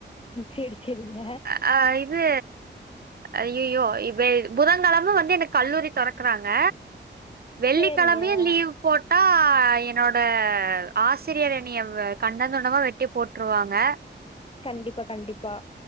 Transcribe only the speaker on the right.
அ இது அய்யய்யோ இப்போ இது புதங்கெழம வந்து எனக்கு கல்லூரி தொரக் க்கறாங்க வெள்ளிக்கிழமயு
லீவ் போட்டா ஆ என்னோட ஆசிரியர் என்னைய வெ கண்டந்துண்டமா வெட்டி போட்டுருவாங்க